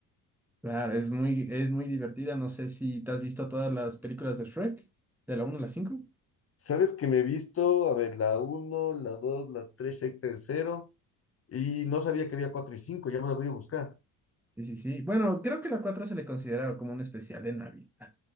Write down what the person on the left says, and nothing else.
¿Sabes que me he visto? A ver, la uno, la 2, la 3, el tercero. Y no sabía que había cuatro y cinco, ya me lo voy a buscar.